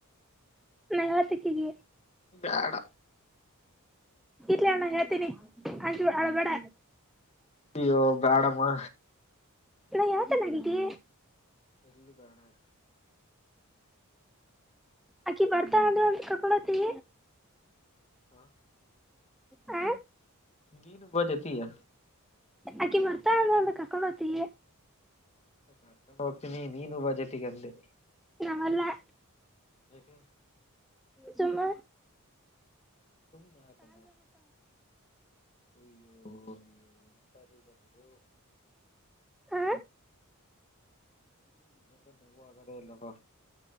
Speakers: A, in the centre; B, on the left.
A: ನೈವತಿಕಿಗಿ.
B: ಬೇಡ.
A: ಇರ್ಲಿ ಅಣ್ಣ ಹೇಳ್ತೀನಿ ಅಂಜ ಅಳ್ಬೇಡ.
B: ಅಯ್ಯೋ ಬ್ಯಾಡಮ್ಮ.
A: ನಾ ಯೊಳ್ತಾನಾಕಿಗಿ.
B: ಇರ್ಲಿ ಬೇಡ ಇರ್.
A: ಅಕ್ಕಿ ಬರ್ತಾಳಂದ್ರೆ ಒ ಕರ್ಕಂಡೋತಿ.
B: ಹಾ.
A: ಹಾ.
B: ನೀನು ಬಾ ಜೊತಿಗೆ.
A: ಆಕಿ ಬರ್ತಾಳಂದ್ರ ಕರ್ಕೊಂಡೋತಿ.
B: ಕರ್ಕೊಂಡೋಗ್ತೀನಿ ನೀನು ಬಾ ಜೊತಿಗೆ ಅಂದೆ.
A: ನಾವಲ್ಲೆ.
B: ಯಾಕೆ.
A: ಸುಮ್ಮೆ.
B: ಸುಮ್ನ್ಯಾಕಮ್ಮ. ಅಯ್ಯೋ ಅಯ್ಯೋ ಎಂತರಿದರಿವ್ರು.
A: ಹಾ.
B: <unintelligible> ಆಗದೆ ಇಲ್ಲ ಬಾ.